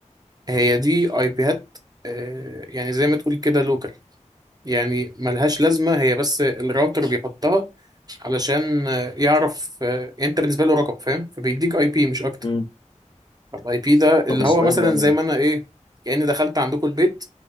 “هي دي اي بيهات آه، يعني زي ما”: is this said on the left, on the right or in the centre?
Right